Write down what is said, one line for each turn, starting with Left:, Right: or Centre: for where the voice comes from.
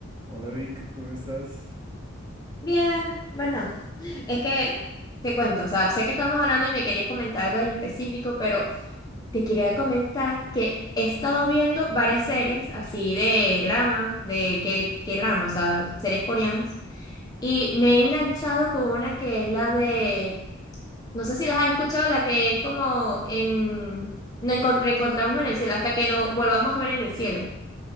Right: Hola Vic, ¿cómo estás?
Left: Bien, bueno, es que te cuento, o sea, sé que estamos hablando y me querías comentar algo en específico, pero te quería comentar que he estado viendo varias series así de drama, de qué, qué drama, o sea, series coreanas, y me he enganchado con una que es la de, no sé si las has escuchado, la que es como en, no encont- reencontramos en el cielo hasta que no volvamos a ver en el cielo.